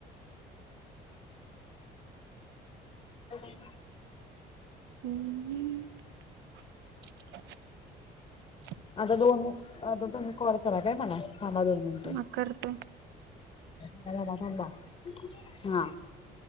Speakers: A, on the left (about 35°); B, on the right (about 85°).
A: हम
B: हम्..
A: आता दोन आता तुम्ही कॉल करा काय मला थांबा दोन मिनट...
B: हा करते
A: माझे झाले थांबा हा